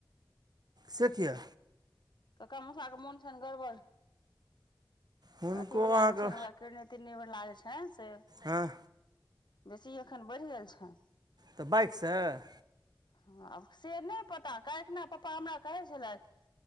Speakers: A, on the right; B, on the left.
A: से किये?
B: कक्का मूसा के मोन छनि गड़बड़।
A: हुनको
B: अथिवला
A: अहाँके
B: जे छै ने ओकरा किरनी तिड़नीवला जे छैन से।
A: हँ
B: बेसी एखन बढ़ि गेल छनि
A: तऽ बाइकसँ?
B: हँ आब से नहि पता कालखिना पपा हमरा कहै छलथि